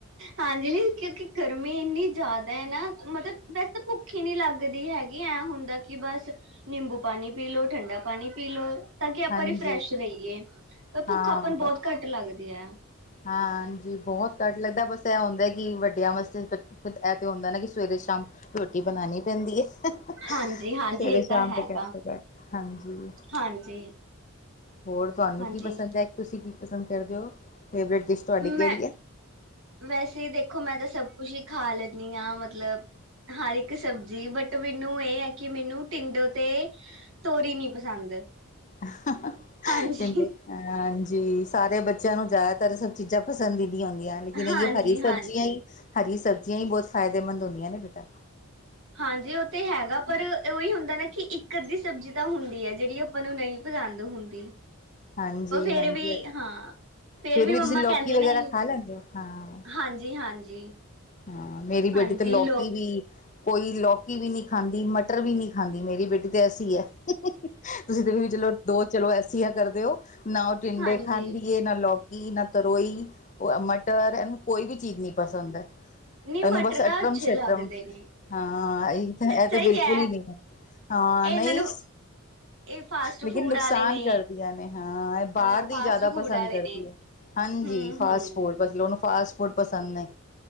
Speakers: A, on the right; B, on the left.
A: ਹਾਂਜੀ ਨੀ ਕਿਉਂਕਿ ਗਰਮੀ ਇੰਨੀ ਜ਼ਿਆਦਾ ਏ ਨਾ, ਮਤਬ ਵੈਸੇ ਭੁ ਭੁੱਖ ਨਹੀਂ ਲੱਗਦੀ ਹੈਗੀ, ਐਂ ਹੁੰਦਾ ਕਿ ਬਸ, ਨਿੰਬੂ ਪਾਣੀ ਪੀ ਲੋ, ਠੰਡਾ ਪਾਣੀ ਪੀ ਲੋ। ਤਾਂ ਕਿ ਆਪਾਂ
B: ਹਾਂਜੀ
A: ਰਿਫਰੈਸ਼ ਰਹੀਏ, ਪਰ ਭੁੱਖ
B: ਹਾਂ
A: ਆਪਾਂ ਨੂੰ ਬਹੁਤ ਘੱਟ ਲੱਗਦੀ ਐ।
B: ਹਾਂਜੀ, ਬਹੁਤ ਘੱਟ ਲੱਗਦਾ ਬਸ ਫੇਰ ਐ ਹੁੰਦਾ ਕਿ, ਵੱਡਿਆਂ ਵਾਸਤੇ ਫਿਤ-ਫਿਤ, ਇਹ ਤੇ ਹੁੰਦਾ ਨਾ ਕਿ ਸਵੇਰੇ ਸ਼ਾਮ ਰੋਟੀ ਬਣਾਂਣੀ ਪੈਂਦੀ ਏ, ਸਵੇਰੇ
A: ਹਾਂਜੀ ਹਾਂਜੀ ਇਹ
B: ਸ਼ਾਮ
A: ਤਾਂ ਹੈਗਾ
B: ਦੇ ਘੱਤੋ-ਘਤ, ਹਾਂਜੀ।
A: ਹਾਂਜੀ।
B: ਹੋਰ ਤੁਹਾਨੂੰ
A: ਹਾਂਜੀ
B: ਕੀ ਪਸੰਦ ਐ, ਤੁਸੀਂ ਕੀ ਪਸੰਦ ਕਰਦੇ ਓ? ਫੇਵਰੇਟ ਡਿਸ਼ ਤੁਹਾਡੀ ਕਿਹੜੀ
A: ਮੈਂ,
B: ਹੈ?
A: ਵੈਸੇ ਦੇਖੋ ਮੈਂ ਤਾਂ ਸਭ ਕੁਛ ਹੀ, ਖਾ ਲੈਂਦੀ ਹਾਂ ਮਤਲਬ ਹਰ ਇੱਕ ਸਬਜ਼ੀ, ਬਟ ਮੈਨੂੰ ਇਹ ਹੈ ਕਿ ਮੈਨੂੰ ਟਿੰਡੋ ਤੇ ਤੋਰੀ, ਨਈ ਪਸੰਦ
B: <unintelligible>
A: ਹਾਂਜੀ
B: <inaudible> <inaudible> ਹਾਂਜੀ, ਸਾਰੇ ਬੱਚਿਆਂ ਨੂੰ, ਜ਼ਿਆਦਾਤਰ ਏ ਸਭ ਚੀਜ਼ਾਂ, ਪਸੰਦ ਹੀ ਨਈ ਆਉਂਦੀਆਂ ਲੇਕਿਨ
A: ਹਾਂਜੀ
B: ਇਹ, ਹਰੀ
A: ਹਾਂਜੀ
B: ਸਬਜ਼ੀਆਂ ਹੀ -ਹਰੀ ਸਬਜ਼ੀਆਂ ਹੀ ਬਹੁਤ ਫਾਇਦੇਮੰਦ ਹੁੰਦੀਆਂ ਨੇ ਬੇਟਾ
A: ਹਾਂਜੀ, ਉਹ ਤੇ ਹੈਗਾ ਪਰ ਉਹੀ ਹੁੰਦਾ ਨਾ ਕਿ, ਇੱਕ ਅੱਧੀ ਸਬਜ਼ੀ ਤਾਂ, ਹੁੰਦੀ ਹੈ ਜਿਹੜੀ ਉਹ ਮੈਨੂੰ ਨਹੀਂ ਪਸੰਦ ਹੁੰਦੀ
B: ਹਾਂਜੀ-
A: ਉਹ ਫੇਰ
B: ਹਾਂਜੀ
A: ਵੀ ਹਾਂ
B: ਫੇਰ ਵੀ
A: ਮੰਮਾ
B: ਤੁਸੀਂ ਲੋਕਕੀ,
A: ਕਹਿੰਦੇ
B: ਵਗੈਰਾ
A: ਨੇ
B: ਖਾ ਲੈਂਦੇ ਹੋ ਹਾਂ
A: ਹਾਂਜੀ ਹਾਂਜੀ
B: ਹਾਂ, ਮੇਰੀ ਬੇਟੀ
A: ਹਾਂਜੀ
B: ਤੇ ਲੋਕੀ
A: ਲੋਕ
B: ਵੀ ਕੋਈ ਲੌਕੀ ਵੀ ਨਹੀਂ ਖਾਂਦੀ, ਮਟਰ ਵੀ ਨਹੀਂ ਖਾਂਦੀ, ਮੇਰੀ ਬੇਟੀ ਤੇ ਐਸੀ ਹੈ ਤੁਸੀਂ ਦੇਖ ਚਲੋ, ਦੋ ਚਲੋ ਐਸੀ ਆ ਕਰਦੇ ਹੋ, ਨਾ ਉਹ ਟਿੰਡੇ
A: ਹਾਂਜੀ
B: ਖਾਂਦੀਏ ਨਾ ਲੋ ਈ ਨਾ ਕਰੋ ਈ ਮਟਰ, ਐਨੂੰ ਕੋਈ ਵੀ ਚੀਜ਼ ਨਹੀਂ ਪਸੰਦ
A: ਨਹੀਂ ਮਟਰ
B: ਇਹਨੂੰ ਬਸ,
A: ਤਾਂ
B: ਅੱਟਰਮ
A: ਅੱਛੇ
B: -ਛਟਰਮ
A: ਲੱਗਦੇ ਨੇ
B: ਹਾਂ ਇਹ
A: ਸਹੀ
B: ਤਾਂ ਬਿਲਕੁਲ
A: ਹੈ
B: ਹੀ ਨਹੀਂ ਹਾਂ,
A: ਇਹਨਾਂ
B: ਨਹੀਂ
A: ਨੂੰ ਇਹ ਫਾਸਟ
B: ਲੇਕਿਨ,
A: ਫੂਡ
B: ਨੁਕਸਾਨ
A: ਵਾਲੇ ਨੇ
B: ਕਰਦੀਆਂ ਨੇ, ਹਾਂ ਇਹ ਬਾਹਰ
A: ਅ
B: ਦੀ,
A: ਫਾਸਟ
B: ਜ਼ਿਆਦਾ
A: ਫੂਡ
B: ਪਸੰਦ
A: ਵਾਲੇ
B: ਕਰਦੀ
A: ਨੇ
B: ਹੈ ਹਾਂਜੀ,
A: ਹਮ
B: ਫਾਸਟ-
A: ਹਮ
B: ਫੂਡ ਮਤਲਬ ਉਹਨੂੰ ਫਾਸਟ -ਫੂਡ ਪਸੰਦ ਨੇ